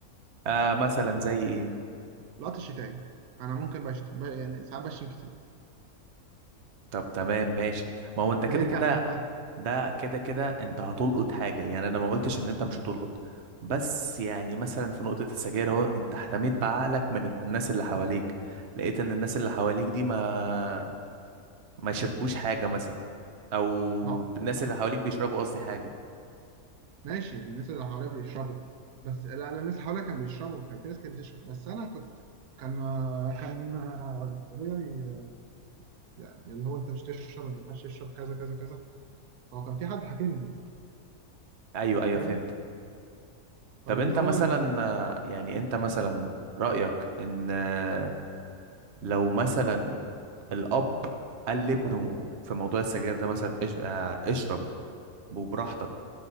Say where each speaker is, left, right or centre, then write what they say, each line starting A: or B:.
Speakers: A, on the right; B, on the right.
A: آه مثلا زي ايه
B: لقطت الشتايم انا ممكن بشت... ب... يعني ساعات بشتم كتير
A: طب تمام ماشي ما هو انت
B: ده
A: كده
B: يرجع
A: كده
B: لمين بقى؟
A: ده كده كده انت هتلقط حاجة يعني انا ما قلتش ان انت مش هتلقط بس يعني مثلا في نقطة السجاير اهو انت احتميت بعقلك من ال- الناس اللي حواليك لقيت ان الناس اللي حواليك دي ما ما شربوش حاجة مثلا او
B: معه
A: الناس اللي حواليك بيشربوا قصدي حاجة
B: ماشي الناس اللي حواليا بيشربوا بس لا لا الناس حواليا كان بيشربوا كان في ناس كانت بتشرب بس انا كنت كان كان ابويا بي- يعني اللي هو انت مش تشرب انت ما ينفعش تشرب كذا كذا كذا فهو كان في حد حاكمني
A: ايوه ايوه
B: فاهم
A: فهمت
B: فاللي
A: طب انت
B: هو
A: مثلا
B: انت
A: آه، يعني انت مثلا رأيك ان آه، لو مثلا الأب قال لابنه في موضوع السجاير ده مثلا إش... آه، اشرب وبراحتك